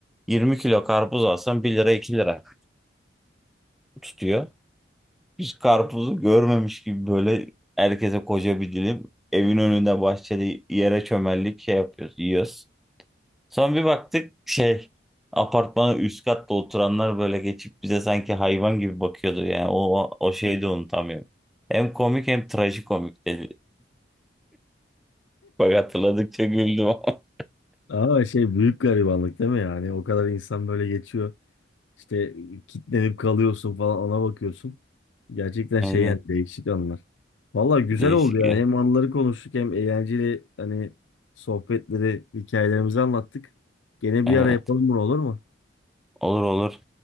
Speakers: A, in the centre; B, on the left.
A: yirmi kilo karpuz alsan bir lira 2 lira tutuyor. Biz karpuzu görmemiş gibi böyle herkese koca bir dilim evin önünde bahçede yere çömeldik şey yapıyoruz yiyoruz. Sonra bir baktık şey apartmanın üst katta oturanlar böyle geçip bize sanki hayvan gibi bakıyordu yani o, o, o şeyi de unutamıyorum. Hem komik hem trajikomik dedi. Bak hatırladıkça güldüm ama.
B: Ama şey büyük garibanlık değil mi yani? O kadar insan böyle geçiyor. İşte kitlenip kalıyorsun falan ona bakıyorsun. Gerçekten
A: <laughs> Aynen
B: şey yani değişik anlar. Valla güzel
A: değişik
B: oldu ya.
A: ya.
B: Hem anıları konuştuk hem eğlenceli hani sohbetleri, hikayelerimizi anlattık. Gene
A: Evet
B: bir ara yapalım bunu olur mu?
A: olur olur